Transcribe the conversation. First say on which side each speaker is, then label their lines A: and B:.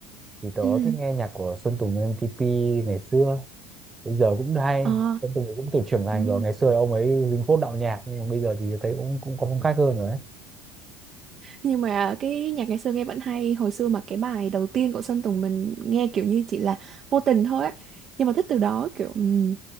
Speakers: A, on the right; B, on the right.
A: thì tớ
B: ừ
A: thích nghe nhạc của Sơn Tùng M-TP ngày xưa bây giờ cũng hay
B: ờ
A: Sơn Tùng thì cũng từ trưởng thành
B: nhưng
A: rồi ngày xưa ông ấy dính phốt đạo nhạc nhưng mà bây giờ thì thấy cũng cũng có phong cách hơn rồi ấy
B: nhưng mà cái nhạc ngày xưa nghe vẫn hay hồi xưa mà cái bài đầu tiên của Sơn Tùng mình nghe kiểu như chỉ là vô tình thôi á nhưng mà thích từ đó kiểu ừm,